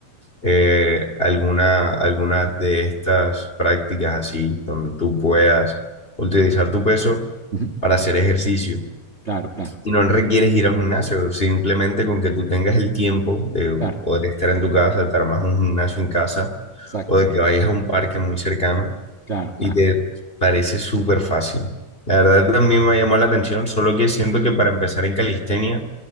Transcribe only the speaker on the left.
eh, alguna, alguna de estas prácticas así, donde tú puedas utilizar tu peso
para hacer ejercicio.
Y no requieres ir a un gimnasio, simplemente con que tú tengas el tiempo de
poder estar en tu casa, de te armas un gimnasio en casa
o de que vayas a un parque muy cercano
y
te parece súper fácil. La verdad también me llamó la atención, solo que siento que para empezar en calistenia,